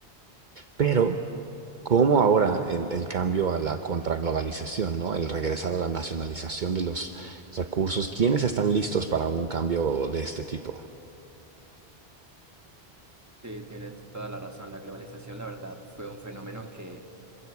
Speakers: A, on the right (about 50°); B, on the right (about 15°).
A: Pero, como ahora el, el cambio a la contraglobalización, ¿no? El regresar a la nacionalización de los recursos, ¿quiénes están listos para un cambio de este tipo?
B: Sí, tienes toda la razón. La globalización, la verdad, fue un fenómeno que